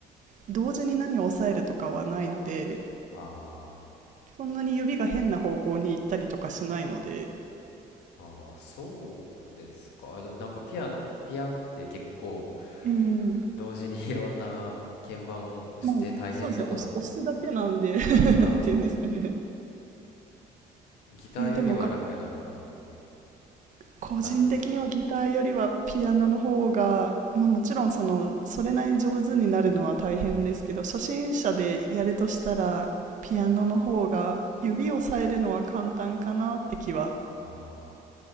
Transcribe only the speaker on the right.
同時に何を押さえるとかはないので
そんなに指が変な方向に行ったりとかしないので、
えー
まあそうですね押す押すだけなんで <laughs>
なんて言うんですかね、
えーでも楽個人的にはギターよりはピアノの方が、
まあ、もちろんそのそれなりに上手になるのは大変ですけど初心者でやるとしたらピアノの方が指をさえるのは簡単かなって気は